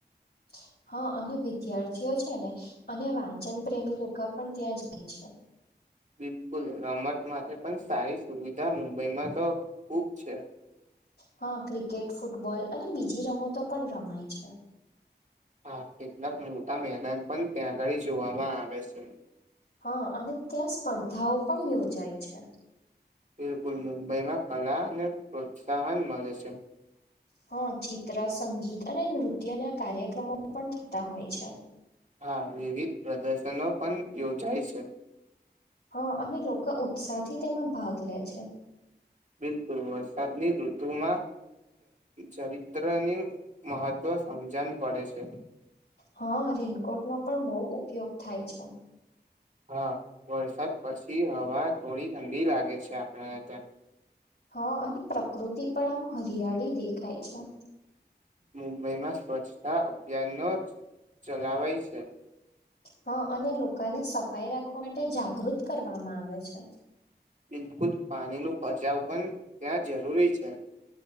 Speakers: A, on the left; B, on the right.
A: <inaudible> હા, અને વિદ્યાર્થીઓ છે ને અને વાંચન પ્રેમી લોકો પણ ત્યાં જાય છે.
B: બિલકુલ. રમત માટે પણ સારી સુવિધા મુંબઈમાં તો ખુબ છે.
A: હા, ક્રિકેટ, ફૂટબોલ અને બીજી રમતો પણ રમાય છે.
B: હા, કેટલાક મોટા મેદાન પણ ત્યાં આગળ જોવામાં આવે છે.
A: હા, અને ત્યાં સ્પર્ધાઓ પણ યોજાય છે.
B: બિલકુલ. મુંબઈમાં કલાને પ્રોત્સાહન મલે છે.
A: હા, ચિત્ર સંગીત અને નૃત્યના કાર્યક્રમો પણ થતા હોય છે.
B: હા, વિવિધ પ્રદર્શનો પણ યોજાય છે.
A: હા, અને લોકો ઉત્સાહથી તેમાં ભાગ લે છે.
B: બિલકુલ. વરસાદની ઋતુમાં ચરિત્રનું મહત્ત્વ સમજણ પડે છે.
A: હા, રેનકોટનો પણ બહુ ઉપયોગ થાય છે.
B: હા, વરસાદ પછી હવા થોડી ઠંડી લાગે છે. આપણને ત્યાં
A: હા, અને પ્રકૃતિ પણ આમ હરિયાળી દેખાય છે.
B: મુંબઈમાં સ્વચ્છતા અભિયાનનો ચલાવાય છે.
A: હા, અને લોકોને સફાઈ રાખવા માટે જાગૃત કરવામાં આવે છે.
B: બિલકુલ. પાણીનું બચાવ પણ ત્યાં જરૂરી છે.